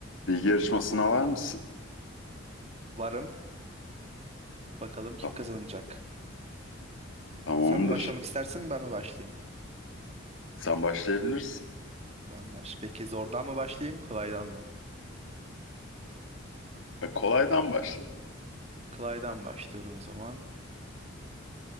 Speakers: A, on the left; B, on the right.
A: Bilgi yarışmasına var mısın?
B: Varım. Bakalım kim
A: Tam-
B: kazanacak.
A: Tamamdır.
B: Sen mi başlamak istersin, ben mi başlayayım?
A: Sen başlayabilirsin.
B: Ben baş. Peki zordan mı başlayayım, kolaydan mı?
A: E, Kolaydan başla.
B: Kolaydan başlıyorum o zaman.